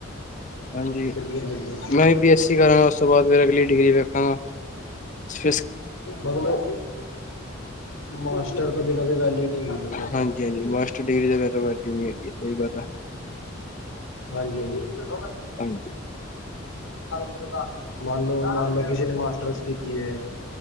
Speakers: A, on the left (about 35°); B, on the left (about 80°).
A: ਹਾਂਜੀ।
B: ਬਿਲਕੁਲ ਬਿਲਕੁਲ
A: ''ਮੈਂ' ਵੀ, ਬੀਐੱਸਸੀ ਕਰਾਂਗਾ ਉਸ ਤੋਂ, ਬਾਅਦ ਫਿਰ ਅਗਲੀ ਡਿਗਰੀ ਵੇਖਾਂਗਾ ਫ
B: ਮਤਲਬ। ਮਾਸਟਰ ਤੋਂ ਬਿਨਾਂ ਤ, ਵੈਲਿੳ ਨਹੀਂ ਹੈਗੀ। ਮਤਲਬ,
A: ਹਾਂਜੀ ਹਾਂਜੀ ਮਾਸਟਰ ਡਿਗਰੀ ਤਾਂ ਵੈਸੇ ਵੈਲਿਊ ਨਹੀਂ ਹੈਗੀ ਸਹੀ ਗੱਲ ਆ
B: ਹਾਂਜੀ- ਹਾਂਜੀ। ਵਾਲਾਲ
A: ਹਾਂਜੀ
B: ਦੁਰਗਾ ਮੰਨ ਲਓ, ਕਿਸੇ ਨੇ ਮਾਸਟਰਸ ਕੀਤੀ ਐ